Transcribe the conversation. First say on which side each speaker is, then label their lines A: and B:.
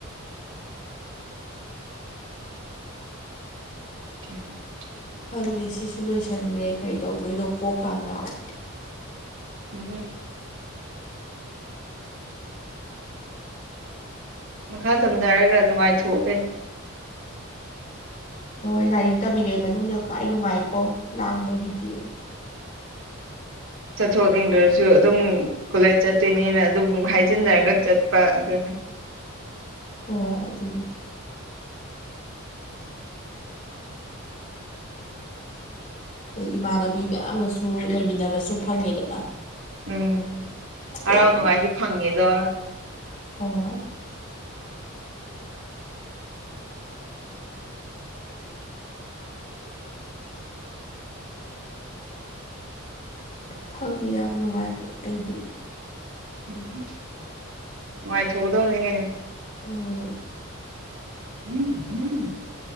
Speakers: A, on the right; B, on the left.
A: <unintelligible>
B: ꯈꯪꯗꯦ ꯁꯤꯁꯨ ꯂꯣꯏꯁꯤꯟꯒ꯭ꯔꯦ ꯀꯔꯤ ꯇꯧꯗꯣꯏꯅꯣ ꯀꯣꯛꯀ ꯉꯥꯎꯋꯤ
A: <unintelligible> ꯃꯈꯥ ꯇꯝꯗꯔꯒ ꯅꯨꯡꯉꯥꯏꯊꯣꯛꯎ ꯀꯩꯅꯣ
B: ꯍꯣꯏ ꯂꯥꯏꯔꯤꯛ ꯇꯝꯃꯤꯉꯩ ꯃꯅꯨꯡꯅ ꯈ꯭ꯋꯥꯏ ꯅꯨꯡꯉꯥꯏꯀꯣ ꯂꯥꯡꯕꯒꯤꯗꯤ
A: ꯆꯠꯊꯣꯛꯅꯤꯡꯗ꯭ꯔꯁꯨ ꯑꯗꯨꯝ ꯀꯣꯂꯦꯖ ꯆꯠꯇꯣꯏꯅꯦꯅ ꯑꯗꯨꯝ ꯍꯥꯏꯖꯤꯟꯅꯔꯒ ꯆꯠꯄ ꯑꯗꯨꯅ
B: ꯍꯣꯏ ꯑꯗꯨꯅꯤ ꯑꯗꯩ ꯏꯃꯥꯟꯅꯕꯤ ꯃꯌꯥꯝꯒꯁꯨ ꯂꯩꯃꯤꯟꯅꯕꯁꯨ ꯐꯪꯉꯦꯗꯅ
A: ꯎꯝ
B: ꯑꯗꯨꯝ
A: ꯍꯔꯥꯎ ꯅꯨꯡꯉꯥꯏꯁꯨ ꯐꯪꯉꯦꯗꯣ
B: ꯍꯣꯏ ꯊꯪꯗꯦ ꯌꯥꯝ ꯅꯨꯡꯉꯥꯏ ꯑꯩꯗꯤ
A: ꯅꯨꯡꯉꯥꯏꯊꯣꯛꯀꯗꯕꯅꯤ <unintelligible>
B: ꯎꯝ
A: <unintelligible>